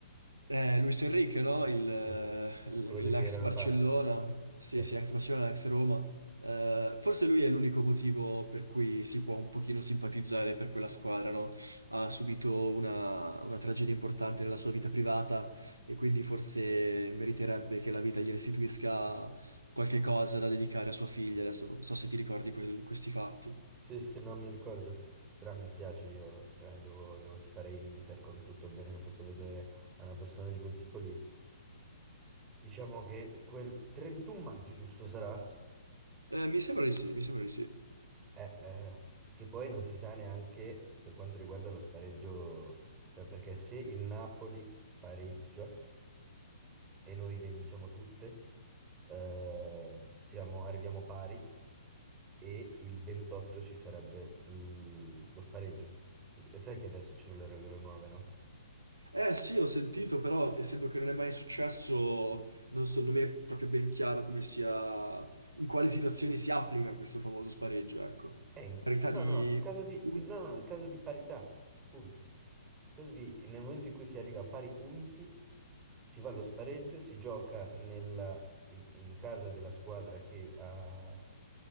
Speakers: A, on the right; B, on the right.
A: Eh, Luis Enrique, no? Il, eh,
B: Eh,
A: l-
B: Quello de-
A: L'ex
B: che era
A: Barcellona,
B: al Barça.
A: sì,
B: Sì.
A: sì, ex Barcellona, ex Roma. Eh, forse lui è l'unico motivo per cui si può un pochino simpatizzare per quella squadra, no? Ha subito una, una tragedia importante nella sua vita privata e quindi forse meriterebbe che la vita gli restituisca qualche cosa da dedicare a sua figlia. Adesso non so se ti ricordi quel- questi fatti.
B: Sì, sì, non mi ricordo, però mi spiace, io cioè, devo, devo tifare l'Inter con tutto il bene che posso vedere a una persona di quel tipo lì. Diciamo che quel 31 maggio, giusto, sarà?
A: Eh, mi sembra di sì, mi sembra di sì.
B: Eh, eh, che poi non si sa neanche per quanto riguarda lo spareggio, cioè perché se il Napoli pareggia e noi le vinciamo tutte, eh, siamo- arriviamo pari e il 28 ci sarebbe l- lo spareggio. Perché sai che adesso ci sono le regole nuove, no?
A: Eh sì, ho sentito, però essendo che non è mai successo, non so, non mi è proprio ben chiaro come sia, in quali situazioni si applica questo famoso spareggio, ecco.
B: Eh, in-
A: Parità
B: no,
A: di...
B: no, no, in caso di,
A: punti.
B: in- no, no, no, in caso di parità, punto. In caso di- nel momento in cui si arriva a pari punti, si va allo spareggio, si gioca nella- in, in casa della squadra che ha,